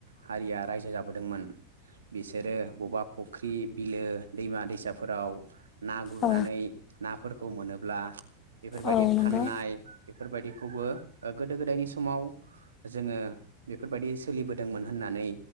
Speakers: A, on the right (about 70°); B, on the left (about 30°).
A: हारिया रायजो जाबोदोंमोन बिसोरो बबेबा फुख्रि बिलो दैमा दैसा फोराव ना गुरनानै
B: औ
A: नाफोरखौ मोनोब्ला बेफोरबायदि
B: औ नंगौ
A: फाननाय बेफोरबायदि खौबो गोदो गोदायनि समाव जोङो बेफोरबायदि सोलिबोदोंमोन होननानै